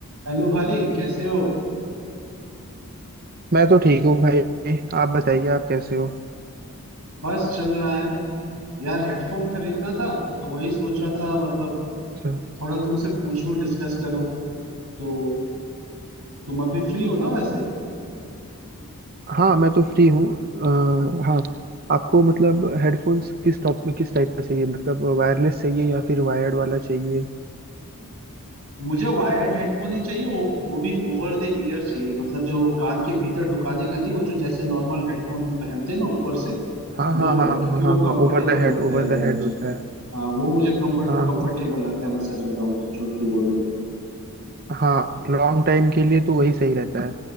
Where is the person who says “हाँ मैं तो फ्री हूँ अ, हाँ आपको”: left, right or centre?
Right